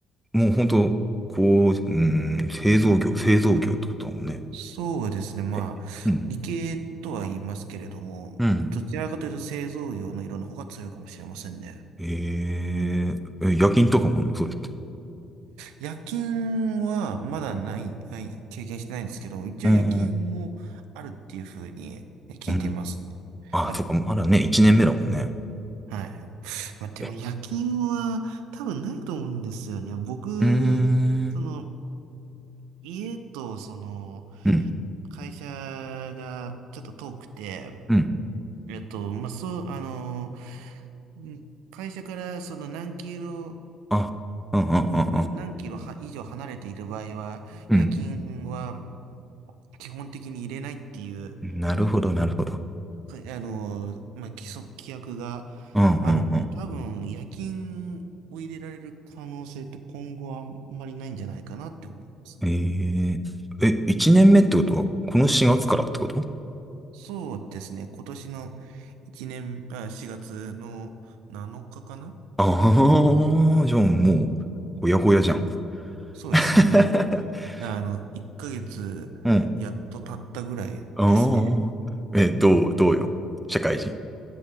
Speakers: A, in the centre; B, on the right.
A: う。もう本当、こう、うん、製造業、製造業ってことだもんね。
B: そうですね。まあ、
A: え、うん。
B: 理系とは言いますけれども、
A: うん。
B: どちらかというと製造業の色の方が強いかもしれませんね。
A: えー、え夜勤とかもあんのそれって。
B: 夜勤はまだない、
A: うん
B: はい、経験してないんですけど、一応夜勤もあるっていうふうにえ聞いています。
A: うーん、うん。あ、
B: ま、
A: そうか、まだね、一年目だもんね。
B: はい。ま、でも夜勤は多分ないと思うんですよね。
A: え
B: 僕、
A: うーん、
B: その、家とその、
A: うん、
B: 会社がちょっと遠くて、
A: うん。
B: えっと、まあ、そう、あの、うん会社からその何キロ
A: あ、うん、うん、
B: で、
A: うん、
B: な、何キロは以上離れている場合は、
A: うん。
B: 夜勤は基本的に入れないっていう、
A: うんなるほど、
B: まあ、
A: なるほど。
B: かあの、まあ、規則、規約が
A: うん、うん、
B: あるんで、
A: うん。
B: 多分夜勤を入れられる可能性って今後はあんまりないんじゃないかなって思いますね。
A: えー、え、一年目ってことは、この4月からってこと
B: そうですね。今年の1年、あ、4月の7日かかなうん
A: ああー、じゃあもう、ほやほやじゃん。
B: そうですね。
A: <laughs>
B: もう、あの、1ヶ月やっと経ったぐらいですね。
A: うんああ、え、どう、どうよ。社会人。